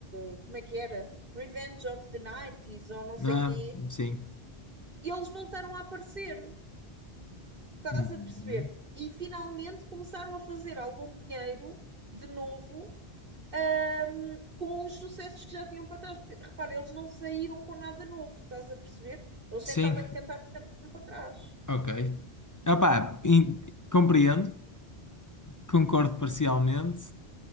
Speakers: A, on the right; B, on the left.
A: uh, como é que era? Revenge of the 90s ou não sei
B: Ah,
A: quê,
B: sim.
A: e eles voltaram a aparecer, estás
B: Uhum.
A: a perceber? E finalmente começaram a fazer algum dinheiro de novo. hum, com os sucessos que já tinham para trás, porque repara, eles não saíram com nada novo, estás a perceber? Eles
B: Sim,
A: sentados a cantar, cantam para trás.
B: ok. Opá, in- compreendo, concordo parcialmente,